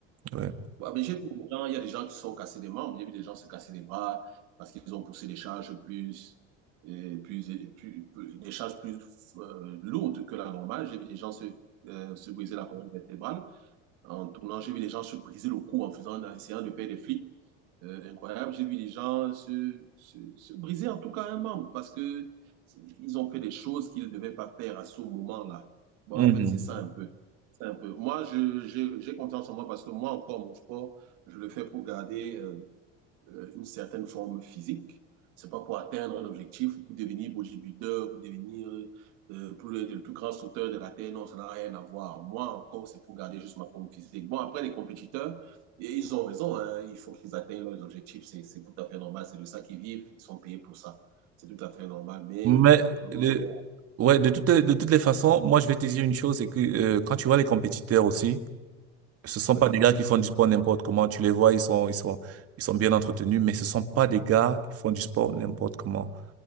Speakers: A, on the right (about 50°); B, on the right (about 70°).
A: ouais.
B: Bon, mais j'ai vu des gens- il y a des gens qui se sont cassés les membres, j'ai vu des gens se casser les bras parce qu'ils ont poussé des charges plus, et plus, et plus, plus- des charges plus euh, lourdes que la normale. J'ai vu des gens se, euh, se briser la colonne vertébrale. En tournant, j'ai vu des gens se briser le cou en faisant, en essayant de faire des flips. Euh, incroyable. J'ai vu des gens se, se, se briser en tout cas un membre parce que c'est- ils ont fait des choses qu'ils ne devaient pas faire à ce moment-là. Bon,
A: Mhm.
B: en fait, c'est ça un peu. C'est un peu. Moi, je, je- j'ai confiance en moi parce que moi, encore, mon sport, je le fais pour garder. euh, euh, une certaine forme physique. C'est pas pour atteindre un objectif, pour devenir bodybuilder, pour devenir euh, pour le, le, plus grand sauteur de la Terre. Non, ça n'a rien à voir. Moi, encore, c'est pour garder juste ma forme physique. Bon, après, les compétiteurs, et ils ont raison. Hein, il faut qu'ils atteignent leurs objectifs. C'est c'est tout à fait normal. C'est de ça qu'ils vivent. Ils sont payés pour ça. C'est tout à fait normal. Mais
A: Mais
B: pour le
A: le-
B: sport,
A: ouais, de toutes les, de toutes les façons, moi je vais te dire une chose, c'est que euh, quand tu vois les compétiteurs aussi, Ce sont
B: oui,
A: pas des gars qui font du sport n'importe comment. Tu les vois, ils sont, ils sont, ils sont bien entretenus, mais ce sont pas des gars qui font du sport n'importe comment.